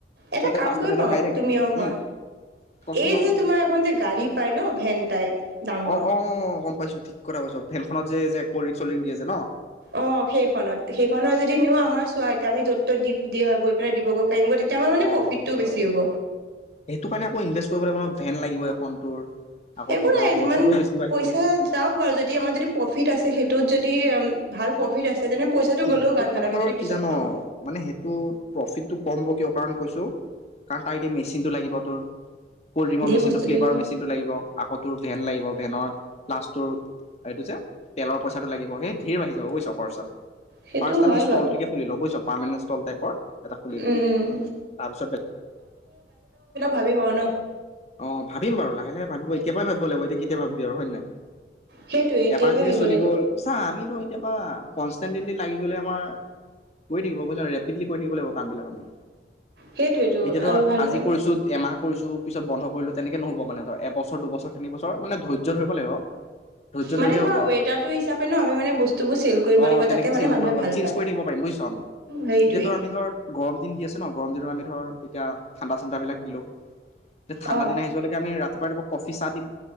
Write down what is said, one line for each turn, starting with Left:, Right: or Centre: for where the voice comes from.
Right: এটা
Left: হিহতে
Right: কাম
Left: ফাষ্ট
Right: কৰিব
Left: ফুড এনো
Right: পাৰো
Left: খাই থাকে,
Right: তুমি আৰু
Left: উম
Right: মই
Left: কচোন
Right: এই
Left: বাৰু
Right: যে তোমাৰ এখন যে গাড়ী পাই ন ভেন টাইপ ডাঙৰ
Left: অ অ অ গম পাইছো ঠিক কথা কৈছ ভেনখনত যে যে চলিকে যেছে ন <unintelligible>
Right: অ', সেইখনত- সেইখনৰ যদি নিও আমাৰ চোৱা এতিয়া আমি য'ত -ত' ত দি', - দিব গৈ পেলাই দিবগৈ, পাৰিমগৈ তেতিয়া আমাৰ মানে
Left: অ
Right: প্ৰফিটটো
Left: ', সেইটো
Right: বেছি
Left: হয়।
Right: হ'ব
Left: সেইটো কাৰণে আকৌ ইনভেষ্ট কৰিব লাগিব ন', ভেন লাগিব এখন তোৰ আকৌ
Right: একো
Left: তোৰ
Right: নাই,
Left: ধৰ
Right: যিমান
Left: পইচাটোও বেছি বাঢ়ি
Right: -পইচা
Left: যাব
Right: যাওক বাৰু যদি আমাৰ যদি প্ৰফিট আছে সেইটোত যদি, ভাল প্ৰফিট আছে তেনে পইচাটো
Left: সেইটোত
Right: গ'লেও গাত নালাগে
Left: মানে ধৰ
Right: যদি পিছত
Left: কি জান,,
Right: পাওঁ
Left: মানে সেইটোত প্ৰফিটটো কম হব কিয় কাৰণ কৈছো কাৰণ তাৰ এতিয়া মেচিনতটো লাগিব তোৰ কল্ড ড্ৰিংকৰ
Right: ধেৰ
Left: মেচিনটো
Right: বস্তু
Left: ফ্লেভাৰ
Right: লাগিব
Left: মেচিনটো লাগিব আকতোৰ ভেন লাগিব ভেনত, প্লাচটোৰ এইটো যে', তেলৰ পইচাটো লাগিব। সেই ধৰ বাঢ়ি যাব বুজিছ? খৰচাটো
Right: সেইটো
Left: ফাৰ্ষ্ট
Right: হয়
Left: আমি ষ্টলটিকে
Right: বাৰু
Left: খুলি লও বুজিছ, পাৰ্মানেণ্ট ষ্টল টাইপৰ এটা খুলিলো,
Right: উম
Left: তাৰ পিছত
Right: ভাবি পাও ন', -
Left: অ', ভাবিম বাৰু লাহ- লাহে ভাবিব। এতিয়া পৰাই ভাবিব লাগিব এতিয়া কেতিয়া ভাবো, বিয়াৰ হয় নাই?
Right: সেইটোৱে এতিয়াৰ
Left: এবাৰ
Right: পৰা
Left: যদি
Right: ভাবিব
Left: চলি
Right: লাগিব
Left: গ'ল, চা আমি এতিয়া পা কনস্টেন্টলি লাগি গলে আমাৰ কৰি থাকিব বছ ৰেপিডলি কৰি থাকিব লাগিব কাম বিলাক আমি
Right: সেইটোৱেতো
Left: এতিয়া ধৰ
Right: আৰু ভালকে
Left: আজি কৰিছো এমাহ, - কৰিছোঁ পিছত বন্ধ কৰিলো তেনেকে নহব মানে এবছৰ, দুবছৰ, তিনি বছৰ ধৰা, মানে ধৈৰ্য ধৰিব লাগিব ধৈৰ্য
Right: মানে
Left: ধৰিলে
Right: তোমাৰ
Left: হ'ব আও
Right: ৱেডাৰটো
Left: ধ,
Right: হিচাপে ন আমি মানে বস্তুবোৰ চেল কৰিব
Left: অ
Right: লাগিব
Left: তেনেকে
Right: যাতে মানে
Left: চেঞ্জ
Right: মানুহে ভাল
Left: চেইঞ্জ
Right: পায়
Left: কৰি থিব পাৰিম বুজিছ আমি।
Right: হেৰিটোৱে
Left: এতিয়া ধৰ আমি ধৰ গৰম দিন দি আছো ন গৰম দিন আমি ধৰ এতিয়া ঠাণ্ডা-চাণ্ডাবিলাক দিলোঁ যে ঠাণ্ডা
Right: অ
Left: দিন আহি যোৱা লৈকে আমি ৰাতিপুৱা ৰাতিপুৱা কষ্ট- ফিছা দিম